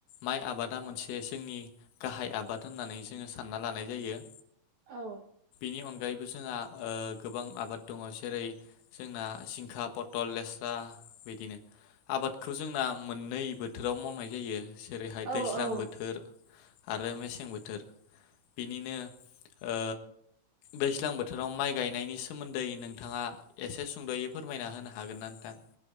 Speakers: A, on the left; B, on the right.
A: माइ आबादा मोनसे जोंनि गाहाय आबाद होननानै जोङो सानना लानाय जायो
B: औ
A: बिनिअनगायैबो जोंहा ओ गोबां आबाद दङ जेरै जोंना जिंखा पटल लेस्रा बिदिनो आबादखौ जोंना मोननै बोथोराव मावनाय जायो जेरैहाय
B: औ
A: दैज्लां
B: औ
A: बोथोर आरो मेसें बो बोथोर बिनिनो ओ दैज्लां बोथोराव माइ गायनायनि सोमोन्दै नोंथाङा एसे सुंद'यै फोरमायना होनो हागोन ना नोंथां